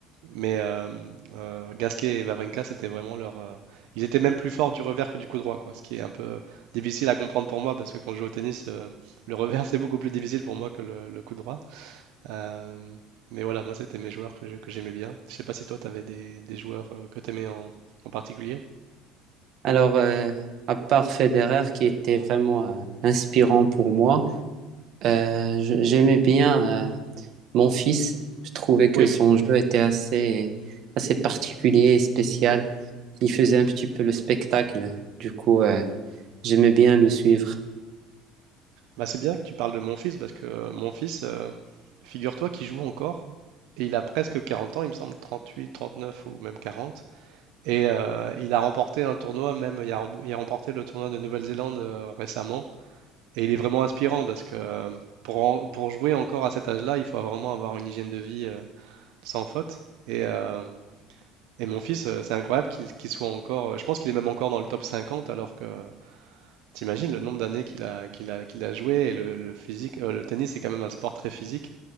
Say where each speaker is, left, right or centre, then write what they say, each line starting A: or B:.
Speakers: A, on the right (about 65°); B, on the right (about 45°).
A: mais euh, euh, Gasquet et Wawrinka, c'était vraiment leur. euh, Ils étaient même plus forts du revers que du coup droit, quoi. Ce qui est un peu difficile à comprendre pour moi parce que quand je joue au tennis, euh, le revers <laughs> c'est beaucoup plus difficile pour moi que le, le coup droit. Euh, mais voilà, moi, c'était mes joueurs que je- que j'aimais bien. Je sais pas si toi, t'avais des, des joueurs euh, que t'aimais en, en particulier.
B: Alors, euh, à part Federer, qui était vraiment euh, inspirant pour moi, euh, je- j'aimais bien euh, mon fils. Je trouvais que
A: Oui,
B: son jeu était assez, assez particulier et spécial. Il faisait un petit peu le spectacle. Du coup, euh, j'aimais bien le suivre.
A: bah, c'est bien que tu parles de mon fils parce que euh, mon fils, euh, figure-toi qu'il joue encore et il a presque 40 ans, il me semble 38, 39 ou même 40. Et euh, il a remporté un tournoi, même il a, rem- il a remporté le tournoi de Nouvelle-Zélande euh, récemment. Et il est vraiment inspirant parce que euh, pour, en- pour jouer encore à cet âge-là, il faut vraiment avoir une hygiène de vie euh, sans faute. Et, euh, Et mon fils, euh, c'est incroyable qu'il qu'il soit encore. euh, Je pense qu'il est même encore dans le top 50, alors que euh, t'imagines le nombre d'années qu'il a, qu'il a, qu'il a joué. Et le, le physique, euh, le tennis, c'est quand même un sport très physique